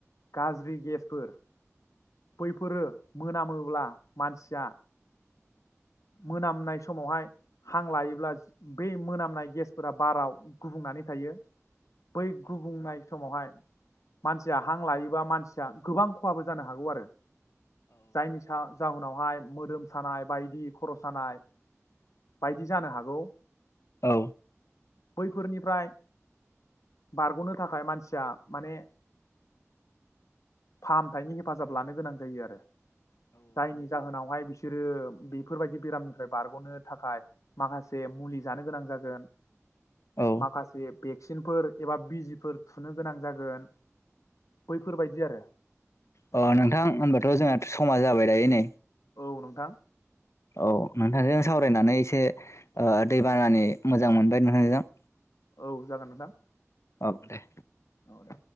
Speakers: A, on the left; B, on the left.
A: गाज्रि गेसफोर बैफोरो मोनामोब्ला मानसिया। मोनामनाय समावहाय हां लायोब्ला बै मोनामनाय गेसफोरा बाराव गुबुंनानै थायो। बै गुबुंनाय। समावहाय मानसिया हां लायोबा मानसिया गोबां खहाबो जानो हागौ आरो। जाइनि सान। जाउनावहाय मोदोम सानाय बायदि। खर' सानाय बायदि जानो हागौ।
B: औ।
A: बैफोरनिफ्राय बारग'नो थाखाय मानसिया माने फाहामथायनि हेफाजाब लानो गोनां जायो आरो जायनि जाहोनावहाय बिसोरो बेफोरबायदि बेरामनिफ्राय बारग'नो थाखाय माखासे मुलि जानो गोनां जागोन।
B: औ
A: माखासे। भेक्सिनफोर एबा बिजिफोर थुनो गोनां जागोन। बैफोरबायदि आरो।
B: ओ नोंथां होनबाथ' जोंहा। समा जाबाय दायो नै।
A: औ नोंथां।
B: औ नोंथांजों सावरायनानै एसे ओ दैबानानि मोजां मोनबाय नोंथांजों।
A: औ जागोन नोंथां।
B: औ दे।
A: औ दे